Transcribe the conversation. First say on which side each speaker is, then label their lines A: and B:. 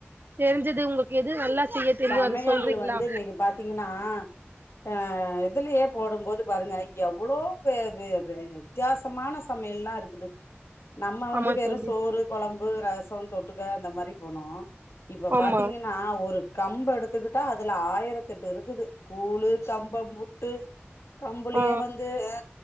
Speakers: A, on the right; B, on the left.
A: தெரிஞ்சது உங்களுக்கு எது நல்லா செய்ய தெரியு
B: சமையல்
A: அது சொல்றீங்களா
B: வந்து இன்னைக்கு பாத்தீங்கன்னா ஆ இதுலயே போடும்போது பாருங்க எவ்ளோ பே வெ வெ வெ வித்தியாசமான சம் மே ல்லாருக்குது நம்ம வந்து
A: ஆமா
B: வெறு
A: தோழி
B: சோறு கொழம்பு ரசம் தொட்டுக்க அந்த மாரி போனோ இப்ப
A: ஆமா
B: பாத்தீங்கன்னா ஒரு கம்ப எடுத்துக்குட்டா அத ல்ல ஆயிரத்தெட்டு இருக்குது கூளு கம்பம் புட்டு கம்புளியே
A: ஆ
B: வந்து ஆ